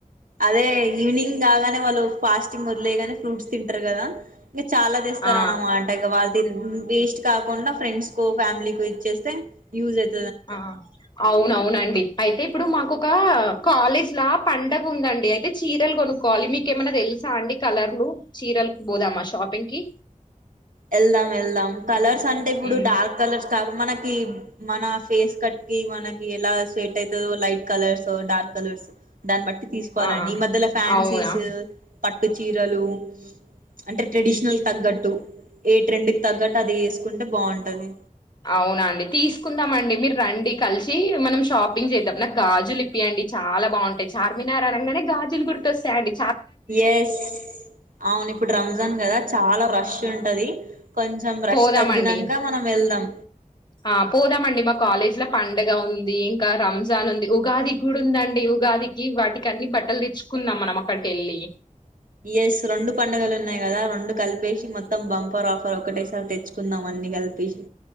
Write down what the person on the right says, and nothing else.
అదే ఈవినింగ్ కాగానే వాళ్ళు ఫాస్టింగ్ వదిలేయగానే ఫ్రూట్స్ తింటారు కదా ఇంకా చాలా తెస్తారు
అన్నమాట ఇక వాళ్ళ వేస్ట్ కాకుండా ఫ్రెండ్స్ కో ఫ్యామిలీకి ఇచ్చేస్తే యూజ్ అయి
వెళ్దాం వెళ్దాం కలర్స్ అంటే ఇప్పుడు
డార్క్ కలర్స్ కాక మనకి మన ఫేస్ కట్ మనకి ఎలా స్వేట్ అయితదో లైట్ కలర్స్ డార్క్ కలర్స్ దాన్ బట్టి తీసుకోవాలండి
ఈ మధ్యలా ఫ్యాన్సీస్
పట్టు చీరలు అంటే ట్రెడిషనల్ తగ్గట్టు ఏ ట్రెండ్ కి తగ్గట్ అది ఏసుకున్ టే బాగుంటది
ఎస్ అవును ఇప్పుడు రంజాన్ కదా చాలా ఫ్రష్ ఉంటది కొంచెం రష్
తగ్గినాక మనం వెళ్దాం
ఎస్ రెండు పండుగలు ఉన్నాయి కదా రెండు కలిపేసి మొత్తం బంపర్ ఆఫర్ ఒకటేసారి తెచ్చుకుందాం అన్ని కలిపేసి